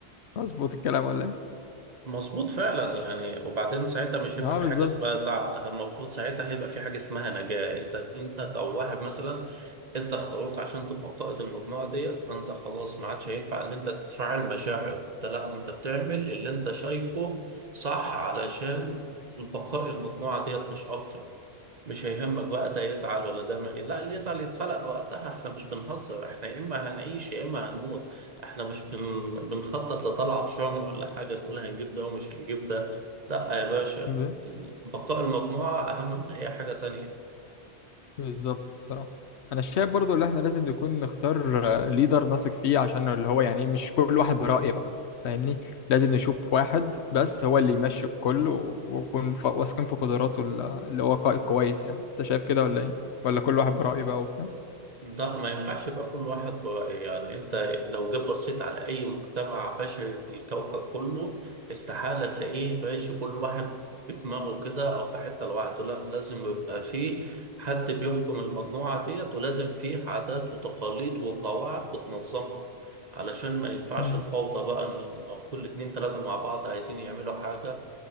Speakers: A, on the left; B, on the right.
A: مظبوط الكلام ولا ايه
B: مظبوط فعلا يعني وبعدين ساعتها مش هيبقى
A: اه
B: في
A: بالظبط
B: حاجه اسمها زعل المفروض ساعتها هيبقى في حاجه اسمها نجاه انت انت لو واحد مثلا انت اختاروك عشان تبقى قائد المجموعه ديت فانت خلاص ما عادش هينفع ان انت تفعل مشاعر انت لا انت بتعمل اللي انت شايفه صح علشان بقاء المجموعه ديت مش اكتر مش هيهمك بقى ده يزعل ولا ده ما لا اللي يزعل يتفلق وقتها احنا مش بنهزر احنا يا اما هنعيش يا اما هنموت احنا مش بن... بنخطط لطلعة شهر ولا حاجة نقول هنجيب ده ومش هنجيب ده لا يا باشا
A: امم
B: بقاء المجموعة أهم من أي حاجة تانية
A: بالظبط الصراحة أنا شايف برضو اللي إحنا لازم نكون نختار آه، ليدر نثق فيه عشان اللي هو يعني إيه، مش كل واحد برأي بقى فاهمني لازم نشوف واحد بس هو اللي يمشي الكل و- ونكون ف- واثقين في قدراته ال- اللي هو قائد كويس يعني أنت شايف كده ولا إيه؟ ولا كل واحد برأيه بقى وبتاع؟
B: لا ما ينفعش يبقى كل واحد ب- يعني انت لو جيت بصيت على اي مجتمع بشري في الكوكب كله استحالة تلاقيه ماشي كل واحد بدماغه كده او في حتة لوحده لا لازم يبقى فيه حد بيحكم المجموعة ديت ولازم فيه عادات وتقاليد وقواعد بتنظمها علشان ما ينفعش
A: امم
B: الفوضى بقى انهم او كل اتنين تلاتة مع بعض عايزين يعملوا حاجة